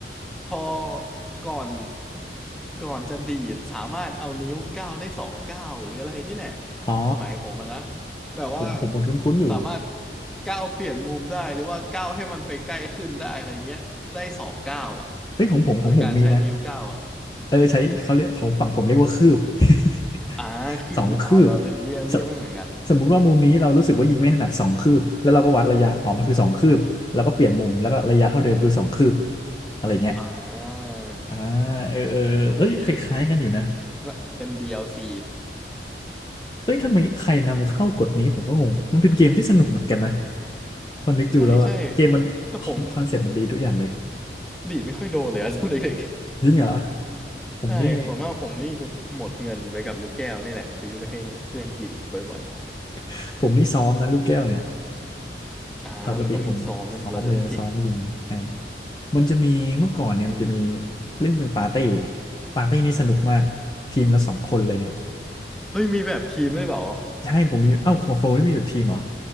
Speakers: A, in the centre; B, on the left.
A: พอก่อนก่อนจะดีดสามารถเอานิ้วเก้าได้สองเก้าหรืออะไรนี่แหละ
B: อ๋อ
A: สมัยผมอะนะแบบว่า
B: ผมผมเหมันคุ้นๆอยู่
A: สามารถก้าวเปลี่ยนมุมได้หรือว่าก้าวให้มันไปใกล้ขึ้นได้อะไรเงี้ยได้สองก้าวอ่ะ
B: เฮ้ยของผมของผมมีนะ
A: โดยการใช้นิ้วก้าวอ่ะ
B: เออใช้เขาเรียกของฝั่งผมเรียกว่าคืบ <laughs>
A: อ่าคือเอาเราเรียกเรียกไม่เหมือนกัน
B: สองคืบสสมมุติว่ามุมนี้เรารู้สึกว่ายิงไม่ถนัดสองคืบแล้วเราก็วัดระยะอ๋อกมันคือสองคืบแล้วก็เปลี่ยนมุมแล้วก็ระยะเท่าเดิมคือสองคืบอะไรเงี้ย
A: อ่า
B: อ่าเออเออเอ้ยคล้ายๆกันอยู่นะ
A: โอเคโอเคแบบเป็น DLC
B: เอ้ยทำไมใครนำเข้ากฎนี้ผมก็งงมันเป็นเกมที่สนุกเหมือนกันนะพอนึกดูแล้วอะเกมมัน
A: ใช่ใช่แต่ผม
B: คอนเซ็ปต์มันดีทุกอย่างเลย
A: ดีดไม่ค่อยโดนเลยอะ <laughs> ตอนเด็ก
B: จริงเหรอ
A: ๆใช่ส่วนมากผมนี่จะหมดเงินไปกับลูกแก้วนี่แหละซื้อไปให้เพื่อนกินบ่อย
B: ผมนี่ <laughs> ผมนี่ซ้อมนะลูกแก้วเนี่ย
A: ๆอ่ามันต้องมีซ้อมไหมเราจะได้เก่ง
B: ปกติผมซ้อมเลยนะซ้อมยิงไอ้มันจะมีเมื่อก่อนเนี่ยมันจะมีเล่นเป็นปาร์ตี้ปาร์ตี้นี่สนุกมากทีมละสองคนอะไรเงี้ย
A: เฮ้ยมีแบบทีมด้วยเหรอ
B: ใช่ผมมีเอ้าของโฟนี่มีแบบทีมเหรอ